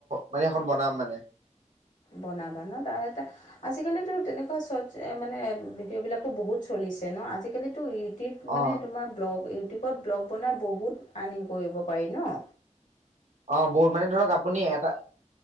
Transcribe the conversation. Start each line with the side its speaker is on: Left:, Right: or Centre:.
Right: মানে এখন বনাম মানে।
Left: বনাবা নহ ত আজিকালি তেনেকুৱা চ'ৰ্ত মানে ভিডিঅ' বিলাকো বহুত চলি। দিছে নহ আজিকালিতো ই। ইউটিউব
Right: অ
Left: মানে তোমাৰ ব্লগ ইউটিউবত ব্লগ বনাই বহুত আৰ্নিং কৰিব পাৰি নহ।
Right: অ বৌ মানে ধৰক আপুনি এটা